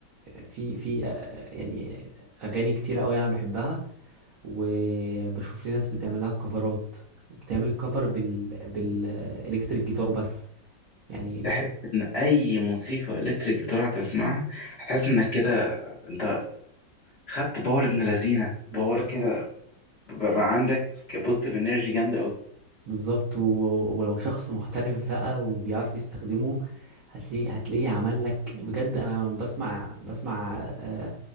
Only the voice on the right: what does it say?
في في آه، يعني اغاني كتيره قوي انا بحبها وبشوف لي ناس بتعملها كفرات وبتعمل الكفر بال بالالكتريك جيتار بس يعني
بالظبط
بالظبط و- ولو شخص محترف بقى وبيعرف يستخدمه هتلاقيه هتلاقيه عمل لك بجد انا بسمع بسمع آه،